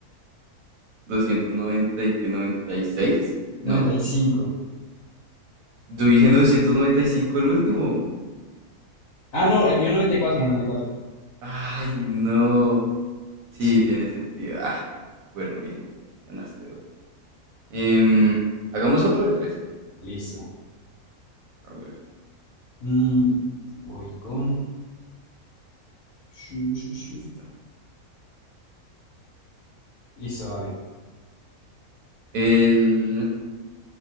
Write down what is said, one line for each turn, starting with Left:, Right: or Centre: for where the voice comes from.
Right: 290 y que noventa y seis
Left: noventa
Right: No,
Left: y cinco
Right: yo dije 995 el último.
Left: Ah, no, el mío noventa y cuatro noventa y cuatro.
Right: Ay, no. Sí,
Left: Sí,
Right: tiene sentido. Ah, bueno, bien. Ganaste otro. Em, hagamos otro de tres.
Left: listo.
Right: A ver,
Left: Mm, voy con... shu, shu, shu.
Right: listo.
Left: Listo, vale.
Right: El